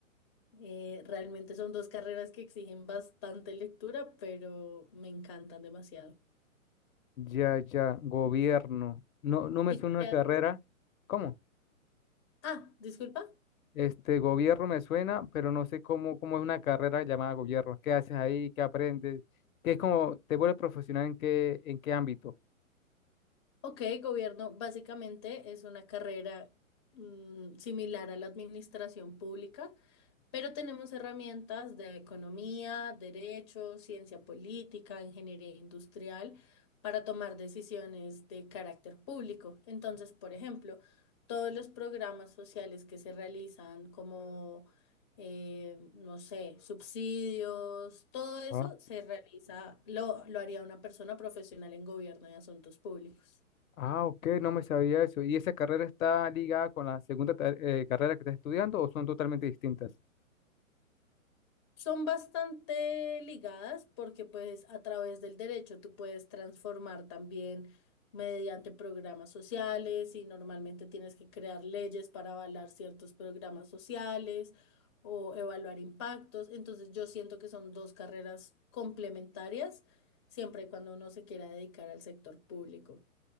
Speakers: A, on the left; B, on the left.
A: Eh, realmente son dos carreras que exigen bastante lectura, pero me encantan demasiado.
B: Ya, ya, gobierno. No, no me
A: ¿Y
B: suena
A: tú qué
B: una carrera.
A: haces?
B: ¿Cómo?
A: Ah, disculpa.
B: Este gobierno me suena, pero no sé cómo, cómo es una carrera llamada gobierno. ¿Qué haces ahí? ¿Qué aprendes? ¿Qué es como te vuelves profesional en qué, en qué ámbito?
A: Ok, gobierno básicamente es una carrera mm, similar a la administración pública, Pero tenemos herramientas de economía, derecho, ciencia política, ingeniería industrial para tomar decisiones de carácter público. Entonces, por ejemplo, todos los programas sociales que se realizan como, eh, no sé, subsidios, todo eso
B: Ah,
A: se realiza, lo, lo haría una persona profesional en gobierno y asuntos públicos.
B: Ah, ok, no me sabía eso. ¿Y esa carrera está ligada con la segunda ta- eh, carrera que estás estudiando o son totalmente distintas?
A: Son bastante ligadas porque pues a través del derecho tú puedes transformar también mediante programas sociales y normalmente tienes que crear leyes para avalar ciertos programas sociales o evaluar impactos. Entonces yo siento que son dos carreras complementarias siempre y cuando uno se quiera dedicar al sector público.